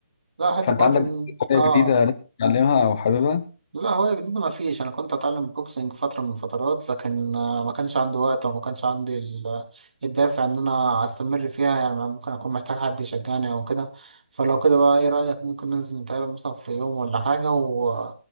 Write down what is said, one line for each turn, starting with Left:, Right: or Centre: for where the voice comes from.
Right: لا حتى
Left: فانت
Right: برضه
Left: عندك
Right: إن-
Left: حاجه
Right: آه
Left: جديده لسه بتتعلمها او حاببها
Right: لا هو جديد ما فيش انا كنت اتعلم بوكسنج فتره من الفترات لكن آه، ما كانش عندي وقت وما كانش عندي ال- الدافع ان انا استمر فيها يعني ممكن اكون محتاج حد يشجعني او كده فلو كده بقى ايه رايك ممكن ننزل نتقابل مثلا في يوم ولا حاجه و...